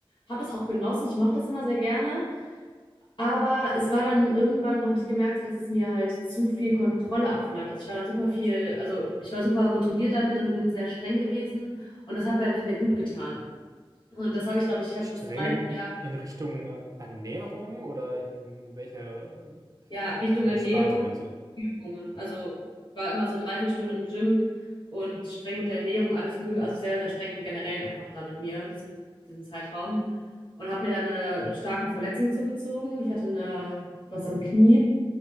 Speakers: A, on the left (about 55°); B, on the right (about 35°).
A: habe das auch genossen. Ich mochte das immer sehr gerne. Aber es war dann irgendwann, habe ich gemerkt, so, dass es mir halt zu viel Kontrolle abverlangt. Also ich war dann super viel, also ich war super kontrolliert damit und bin sehr streng gewesen und das hat mir halt nicht mehr gut getan. Und das habe ich, glaube ich, ich habe
B: Streng
A: das 30
B: in,
A: Jahre,
B: in Richtung äh, Ernährung oder in welcher
A: ja, Richtung
B: äh,
A: Ernährung,
B: Sparte meinst du das?
A: Übungen. Also war immer so drei, vier Stunden im Gym und streng mit der Ernährung, alles möglich, also sehr, sehr streng im Generellen einfach da mit mir in diesem, diesem Zeitraum. Und habe mir dann eine starke Verletzung zugezogen. Ich hatte eine, was am Knie,